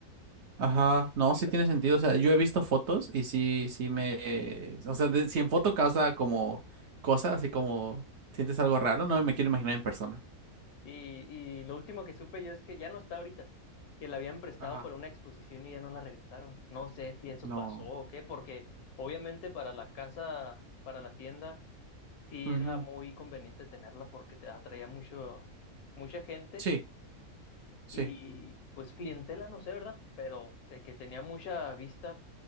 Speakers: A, on the right; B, on the left.
A: Ajá, no,
B: Y,
A: sí
B: la-
A: tiene sentido. O sea, yo he visto fotos y sí, sí me. O sea, de- si en foto causa como cosas, así como sientes algo raro, no me quiero imaginar en persona.
B: y, y lo último que supe yo es que ya no está ahorita, que la habían prestado
A: Ajá.
B: para una exposición y ya no la regresaron. No sé si eso
A: No.
B: pasó o qué, porque obviamente para la casa, para la tienda, sí
A: Ujú.
B: era muy conveniente tenerla porque te atraía mucho, mucha gente
A: Sí, sí,
B: Y pues clientela, no sé, ¿verdad? Pero de que tenía mucha vista,